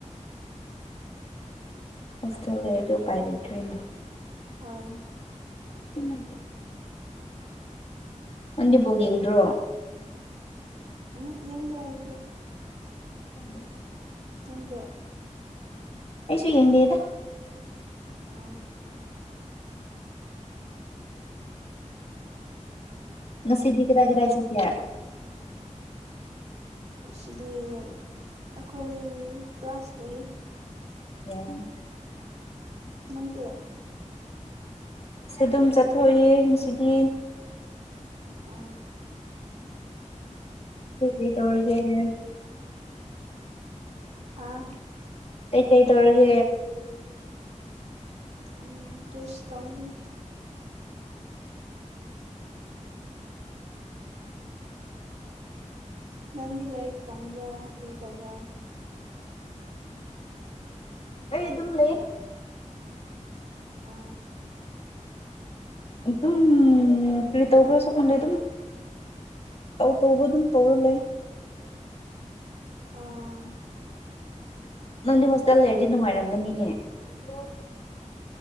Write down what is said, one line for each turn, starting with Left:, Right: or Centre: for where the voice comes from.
Left: ꯍꯣꯁꯇꯦꯜ ꯂꯩꯔꯗ ꯎꯄꯥꯏ ꯂꯩꯇꯣꯏꯅꯦ
Right: ꯍꯣꯏ
Left: ꯎꯝ ꯑꯣꯟꯗꯤꯕꯣꯒ ꯌꯦꯡꯣ
Right: ꯎꯝ ꯌꯦꯡꯗꯤ ꯍꯥꯏꯥꯏꯗꯤ
Left: ꯎ
Right: ꯅꯗ
Left: ꯄꯩꯁ ꯌꯦꯡꯗꯦꯗ
Right: ꯑ
Left: ꯉꯁꯤꯗꯤ ꯀꯗꯥ ꯀꯗꯥꯁꯤ ꯀꯌꯥ
Right: ꯁꯤꯗꯤ ꯑꯩꯈꯣꯏ ꯀ꯭ꯂꯥꯁ ꯂꯩ
Left: ꯑꯣꯝ
Right: ꯎ ꯅꯗꯤꯦ
Left: ꯁ ꯑꯗꯨꯝ ꯆꯠꯊꯣꯛꯏ ꯉꯗꯤ
Right: ꯎ
Left: ꯁꯤ ꯀꯩ ꯇꯧꯔꯒꯦꯅꯦ
Right: ꯍꯥꯥ
Left: ꯇꯇꯩ ꯀꯩ ꯇꯣꯔꯒ
Right: ꯎꯝ ꯀꯁ ꯇꯧꯅꯤ ꯅꯪꯗꯤ ꯂꯥꯏꯔꯤꯛ ꯇꯝꯕ꯭ꯔꯥ ꯐꯤ ꯇꯧꯕ꯭ꯔꯥ
Left: ꯑꯩ ꯑꯗꯨꯝ ꯂꯩ
Right: ꯑ
Left: ꯑꯗꯨ ꯑꯗꯨꯝ ꯀ꯭ꯔꯤ ꯇꯧꯕ ꯈ꯭ꯔꯁꯨ ꯈꯣꯟꯂꯦ ꯑꯗꯨꯝ ꯑ ꯇꯣꯡꯕ ꯑꯗꯨꯝ ꯇꯣꯔꯂꯦ
Right: ꯑꯥ
Left: ꯅꯪꯗꯤ ꯍꯣꯁꯇꯦꯜ ꯂꯩꯔꯗꯤ ꯅꯨꯡꯉꯥꯏꯔꯝꯒꯅꯤꯅꯦ ꯑꯣ